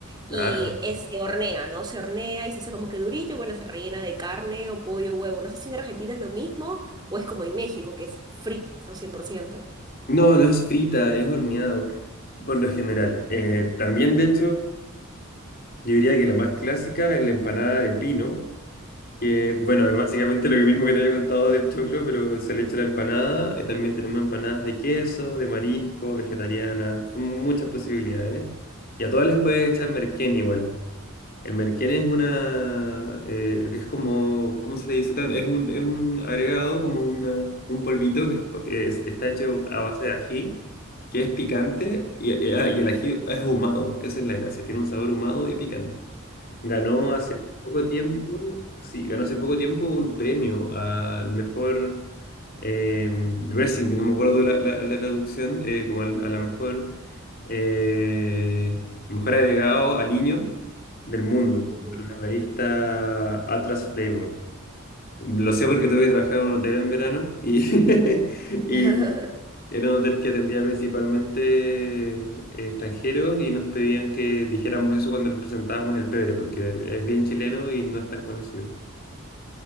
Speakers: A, on the left (about 45°); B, on the right (about 20°).
A: claro.
B: Y es- se hornea, ¿no? Se hornea y se hace como que durito y bueno, se rellena de carne o pollo, huevo. No sé si en Argentina es lo mismo. O es como en México, que es frito ¿no? 100%.
A: No, no es frita, es horneada por lo general. Eh, también, de hecho, yo diría que la más clásica es la empanada de pino Que bueno, es básicamente lo mismo que te había contado del choclo, pero se le echa la empanada. eh, También tenemos empanadas de queso, de marisco, vegetariana. Son muchas posibilidades. Y a todas les puedes echar merquén igual. El merquén es una. eh, es como. ¿Cómo se le dice? Tan- Es un, es un agregado, como una, un polvito que es- po- es- está hecho a base de ají, que es picante y, y ah, y el ají es ahumado. Esa es la gracia. Tiene un sabor ahumado y picante. Ganó hace poco tiempo, sí, ganó hace poco tiempo un premio al mejor eh, dressing, no me acuerdo la, la, la traducción, eh, como al- a la mejor, eh, mejor agregado al niño del mundo,
B: Ujú.
A: por la revista Atlas Flavor. Lo sé porque tuve que trabajar en un hotel en verano y, <laughs> y
B: <laughs>
A: era un hotel que atendía principalmente eh, extranjeros y nos pedían que dijéramos eso cuando les presentábamos el pebre, porque es bien chileno y no es tan conocido.